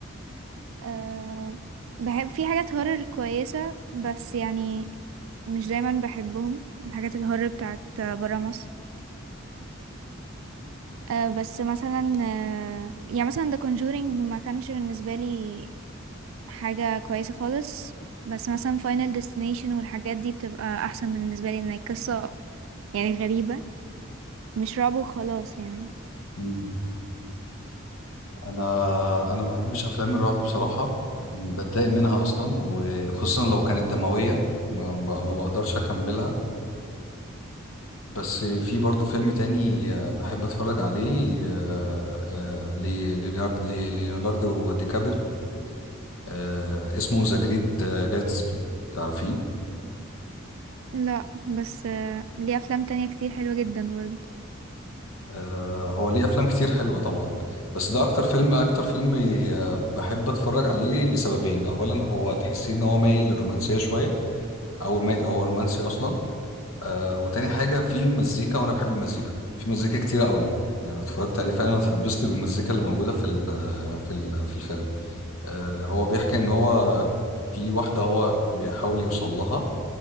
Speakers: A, on the right; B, on the left.
A: أه بحب في حاجات هورر كويسة بس يعني مش دايما بحبهم الحاجات الهورر بتاعت برا مصر أه بس مثلا أه يعني مثلا The Conjuring ما كانش بالنسبة لي حاجة كويسة خالص بس مثلا Final Destination والحاجات دي بتبقى أحسن بالنسبة لي إن هي قصة يعني غريبة مش رعب وخلاص يعني
B: مم. انا انا ما بحبش افلام الرعب بصراحه بتضايق منها اصلا وخصوصا لو كانت دمويه ما ما- ما بقدرش اكملها بس في برضو فيلم تاني آه، بحب اتفرج عليه آه، آه، ل- ليونارد- ل- ليوناردو دي كابري آه، اسمه ذا جريت آه، جاتسبي تعرفيه
A: لا بس أه ليه أفلام تانية كتير حلوة جدا برضه
B: آه، هو ليه افلام كتير حلوه طبعا بس ده اكتر فيلم اكتر فيلم آه، بحب اتفرج عليه لسببين اولا هو تحسيه ان هو مايل للرومانسيه شويه او ما- هو رومانسي اصلا آه وتاني حاجة في مزيكا وأنا بحب المزيكا في مزيكا كتيرة قوي يعني لو اتفرجت عليه فعلا هتتبسط بالمزيكا اللي موجودة في ال في ال في الفيلم آه هو بيحكي إن هو في واحدة هو بيحاول يوصل لها